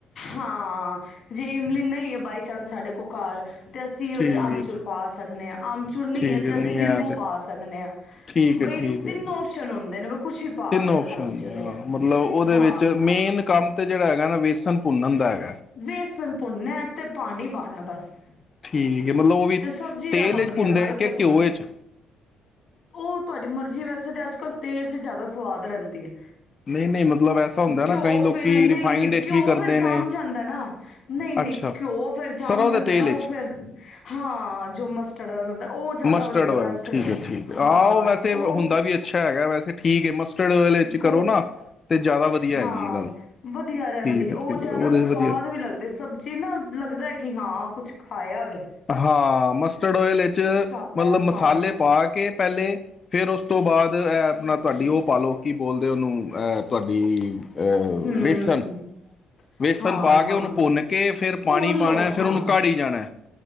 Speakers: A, on the left; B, on the left.
A: ਹਾਂ ਜੇ ਇਮਲੀ ਨਹੀਂ ਹੈ ਬਾਈ ਚਾਂਸ ਸਾਡ ਸਾਡੇ ਕੋਲ ਘਰ ਤੇ ਅਸੀਂ
B: ਠੀਕ
A: ਉਹ 'ਚ ਅਮਚੂਰ ਪਾ ਸਕਦੇ ਹਾਂ ਅਮਚੂਰ ਨਹੀਂ
B: ਠੀਕ
A: ਹੈ ਤੇ ਅਸੀਂ ਨਿੰਬੂ
B: ਹੈ ਤੇ
A: ਪਾ ਸਕਨੇ ਹਾਂ
B: ਠੀਕ
A: ਬਈ
B: ਹੈ ਠੀਕ
A: ਤਿੰਨ
B: ਹੈ
A: ਓਪਸ਼ਨ ਹੁੰਦੇ ਨੇ ਵੀ ਕੁਛ ਵੀ ਪਾ
B: ਤਿੰਨ ਓਪਸ਼ਨ
A: ਸਕਦੇ ਹੋ ਤੁਸੀਂ ਉਹਦੇ
B: - ਮਤਲਬ ਉਹਦੇ
A: ਹਾਂ
B: ਵਿੱਚ ਮੇਨ ਕੰਮ ਤੇ ਜਿਹੜਾ ਹੈਗਾ ਨਾ ਵੇਸਣ ਭੁੰਨਣ ਦਾ ਹੈਗਾ
A: ਵੇਸਨ ਭੁਣਨਾ ਤੇ ਪਾਣੀ ਪਾਉਣਾ ਬਸ
B: ਠੀਕ ਮਤਲਬ ਉਹ ਵੀ
A: ਤੇ ਸਬਜ਼ੀਆਂ
B: ਤੇਲ
A: ਆਪਣੀਆਂ
B: ਚ ਭੁੰਦੇ
A: ਤਲ ਕੇ
B: ਕਿ
A: ਪਾ
B: ਘਿਓ ਵਿਚ
A: ਉਹ ਤੁਹਾਡੀ ਮਰਜ਼ੀ ਵੈਸੇ ਤਾਂ ਅੱਜ ਕੱਲ੍ਹ ਤੇਲ ਚਚ ਜ਼ਿਆਦਾ ਸਵਾਦ ਰਹਿੰਦੀ ਹੈ
B: ਨਹੀਂ ਨਹੀਂ ਮਤਲਬ ਐਸਾ ਹੁੰਦਾ
A: ਘਿਓ
B: ਨਾ ਕਈ
A: ਫਿਰ
B: ਲੋਕੀ
A: ਨਹੀਂ
B: ਰਿਫਾਈਂਡ
A: ਨਹੀਂ
B: ਵਿੱਚ
A: ਘਿਓ
B: ਵੀ ਕਰਦੇ
A: ਫਿਰ ਜੰਮ
B: ਨੇ
A: ਜਾਂਦਾ ਨਾ ਨਹੀਂ ਨਹੀਂ
B: ਅੱਛਾ
A: ਘਿਓ ਫੇਰ ਜਮ
B: ਸਰ੍ਹੋਂ
A: ਜਾਂਦਾ
B: ਦੇ ਤੇਲ
A: ਨਾ ਉਹ
B: ਵਿੱਚ
A: ਫੇਰ ਹਾਂ, ਜੋ ਮਸਟਡ ਉਹ ਜ਼ਿਆਦਾ
B: ਮਸਟਰਡ
A: ਵਧੀਆ
B: ਓਇਲ
A: ਬੈਸਟ
B: ਠੀਕ
A: ਰਿ
B: ਹੈ ਠੀਕ ਹੈ
A: ਹਾਂ।
B: ਉਹ ਵੈਸੇ
A: <inaudible>
B: ਹੁੰਦਾ
A: ਉਹ
B: ਵੀ ਅੱਛਾ ਹੈਗਾ ਵੈਸੇ ਠੀਕ ਹੈ ਮਸਟਰਡ ਓਇਲ ਵਿੱਚ ਕਰੋ
A: ਗੋ
B: ਨਾ ਤੇ ਜ਼ਿਆਦਾ ਵਧੀਆ
A: ਹਾਂ
B: ਹੈਗੀ ਇਹ ਗੱਲ
A: ਵਧੀਆ ਰਹਿੰਦੀ,
B: ਠੀਕ ਹੈ
A: ਉਹ
B: ਠੀਕ
A: ਜ਼ਿਆਦਾ
B: ਹੈ ਉਹਦੇ
A: ਸਵਾਦ
B: ਵਧੀਆ
A: ਵੀ ਲੱਗਦੇ, ਸਬਜ਼ੀ ਨਾ ਲੱਗਦਾ। ਕਿ ਹਾਂ ਕੁਛ, ਖਾਇਆ ਵਵੇ
B: ਹਾਂ, ਮਸਟਰਡ ਓਇਲ ਵਿੱਚ
A: ਆਉਂਦਾ
B: ਮਤਲਬ
A: ਹੈ
B: ਮਸਾਲੇ
A: ਹਾਂ
B: ਪਾ ਕੇ ਪਹਿਲੇ, ਫਿਰ ਉਸ ਤੋਂ ਬਾਅਦ ਆ ਆਪਣਾ ਤੁਹਾਡੀ, ਉਹ ਪਾਲੋ ਕੀ ਬੋਲਦੇ, ਉਹਨੂੰ ਇਹ ਤੁਹਾਡੀ ਇਹ,
A: ਹੂੰ
B: ਵੇਸਨ ਵੇਸਣ
A: ਹਾਂ
B: ਪਾ ਕੇ,
A: ਹਾਂ
B: ਉਹਨੂੰ ਭੁੰਨ ਕੇ ਪਾਣੀ
A: ਭੁੰਨ ਲਓ
B: ਪਾਉਣਾ, ਫਿਰ
A: ਹਾਂ
B: ਉਹਨੂੰ ਕਾੜੀ ਜਾਣਾ।